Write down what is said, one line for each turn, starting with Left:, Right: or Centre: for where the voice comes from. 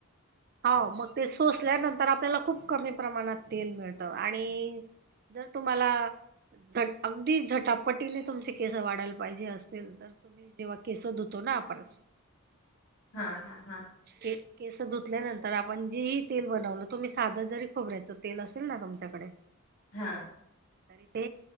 Right: हो मग ते सोसल्यानंतर आपल्याला खूप कमी प्रमाणात तेल मिळतं आणि जर तुम्हाला अगदी झटापटीने तुमचे केस वाढायला पाहिजे असतील तर तुम्ही जेव्हा केस धुतो ना आपण.
Left: हा. हा. हा.
Right: के केस धूत ल्यानंतर आपण जीही तेल बनवलं. तुम्ही साधं जरी खोबऱ्याच तेल असेल ना तुमच्याकडे.
Left: हा.
Right: तरी ते.